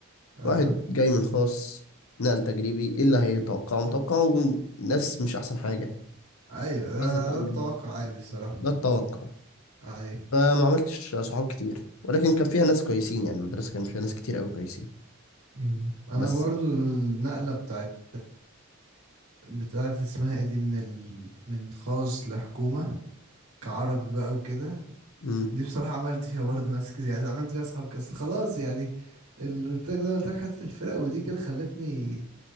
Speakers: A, on the right; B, on the left.
A: اه
B: واحد جاي من خاص نقل تجريبي ايه اللي هيتوقعه متوقعه ناس مش احسن حاجة
A: ايوه ده,
B: عايز اتعلم
A: ده التوقع عادي بصراحة
B: ده التوقع
A: ايوه
B: فما عملتش صحاب كتير ولكن كان فيها ناس كويسين يعني المدرسة كان فيها ناس كتير قوي كويسين
A: مم. انا
B: بس
A: برضو النقلة بتاعت بتاعت اسمها ايه دي من ال... من خاص لحكومة كعربي بقى وكده
B: م
A: دي بصراحة عملت فيها برضه ناس كتير يعني عملت فيها صحاب كاس خلاص يعني اللي قلت لك زي ما قلت لك حتة الفرق ودي كده خلتني